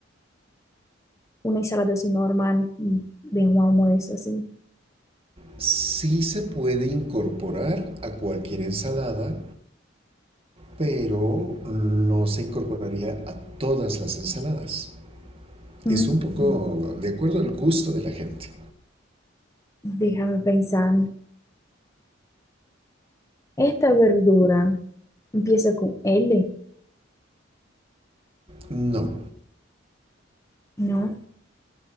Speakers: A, on the left; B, on the right.
A: una ensalada así normal, de un almuerzo así.
B: Sí se puede incorporar a cualquier ensalada, pero no se incorporaría a todas las ensaladas.
A: Mm.
B: Es un poco de acuerdo al gusto de la gente.
A: Déjame pensar. Esta verdura empieza con L,
B: No,
A: ¿no?